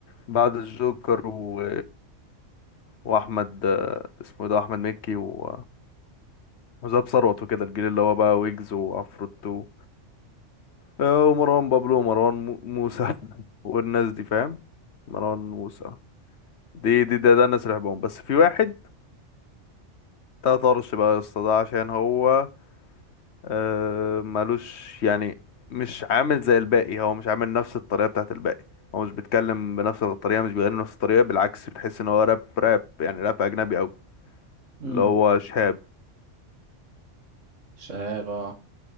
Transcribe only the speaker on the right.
امم
شهاب اه